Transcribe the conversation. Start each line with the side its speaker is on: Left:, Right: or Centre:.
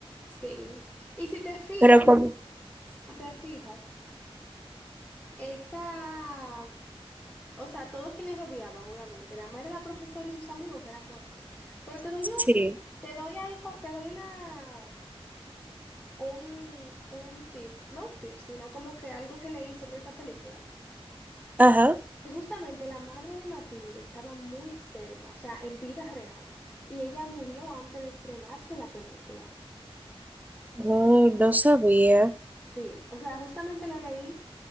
Left: Sí. Y si te fijas,
Right: pero como,
Left: si te fijas, esa O sea, todos quienes rodeaban, obviamente. Nada más era la profesora y sus amigos que eran buenos. Pero te doy
Right: sí,
Left: un, te doy algo, te doy una, un, un tips, no tips, sino como que algo que leí sobre esa película.
Right: ajá,
Left: Que justamente la madre de Matilde estaba muy enferma, o sea, en vida real. Y ella murió antes de estrenarse la película.
Right: oh, no sabía.
Left: Sí, o sea, justamente lo leí